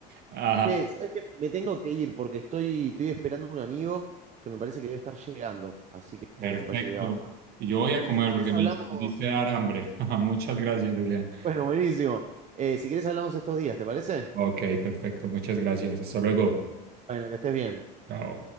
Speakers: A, on the right (about 50°); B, on the right (about 35°).
A: Ajá,
B: Che, ¿sabes qué? Me tengo que ir porque estoy, estoy esperando a un amigo que me parece que debe estar llegando, así que
A: perfecto.
B: eh, me parece que voy a bajar.
A: Y yo voy a comer
B: Si querés
A: porque me
B: hablamos...
A: hiciste dar hambre. <laughs> Muchas gracias, Julián.
B: Bueno, buenísimo. Eh, si querés hablamos estos días, ¿te parece?
A: Ok, perfecto, muchas gracias. Hasta luego.
B: Bueno, que estés bien.
A: Chao.